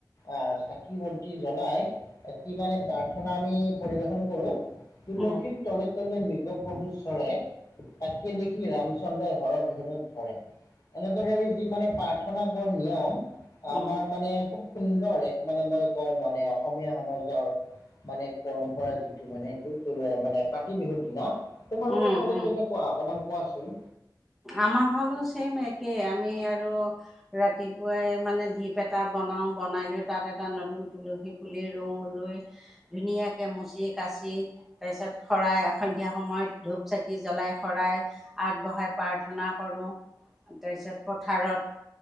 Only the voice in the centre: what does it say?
উম,
উম,
উম,
উম।
আমাৰ ফালেও ছেইম একে আমি আৰু ৰাতিপুৱাই মানে ধীপ এটা বনাও বনাই লৈ তাত এটা নতুন। তুলসী পুলি ৰুওঁ ৰুই ধুনীয়াকে মুচি কাচি তাৰপিছত শৰাই সন্ধিয়া সময়ত ধূপ চাকি জ্বলাই শৰাই আগবঢ়াই প্ৰাৰ্থনা কৰোঁ তাৰপিছত পথাৰত